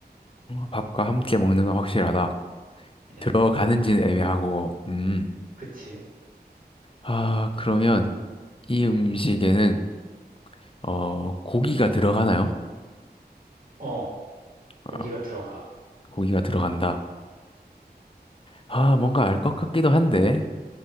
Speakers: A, on the left (about 30°); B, on the right (about 55°).
A: 어, 밥과 함께 먹는 건 확실하다.
B: 음,
A: 들어가는지는 애매하고, 음.
B: 그치?
A: 아, 그러면 이 음식에는 어, 고기가 들어가나요?
B: 어,
A: 어,
B: 고기가 들어가.
A: 고기가 들어간다. 아, 뭔가 알 것 같기도 한데.